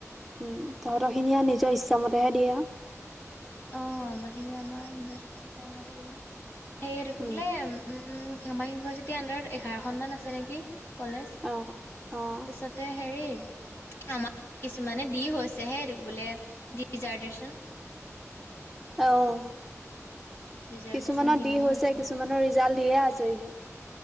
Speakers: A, in the centre; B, on the left.
A: উম' তহঁতৰ খিনি আৰু নিজৰ ইচ্ছামতেহে দিয়ে আও।
B: অঁ আমাৰখিনি আমাৰ ইউনিভাৰচিটি টাইমতহে দিব, সেয়াত আকো
A: উম।
B: বোলে- উম' আমাৰ ইউনিভাৰ্চিটিৰ আণ্ডাৰত এঘাৰখনমান আছে নেকি? কলেজ।
A: অ',
B: তাৰপিছতে
A: অ',
B: হেৰি আমা- কিছুমানে দি হৈছে হে এইটো কি বোলে ৰিজাৰ্ভেশচন।
A: অঁ কিছুমানৰ
B: ডিজাৰ্টেচন
A: দি
B: মেলি
A: হৈছে
B: হৈছেহে।
A: কিছুমানৰ ৰিজাল্ট দিয়ে আজৰি হ'ল।